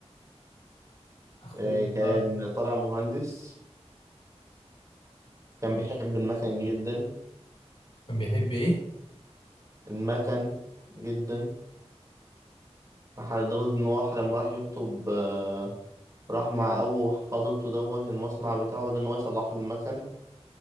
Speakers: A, on the left (about 55°); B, on the right (about 30°).
A: أخوها
B: آه، كان طالع مهندس كان بيحب المكن جدا
A: كان بيحب إيه؟
B: المكن جدا لدرجة إن هو لما راح يخطب آه، راح مع أبو خطيبته دوت المصنع بتاعه بدأ إن هو يصلح له المكن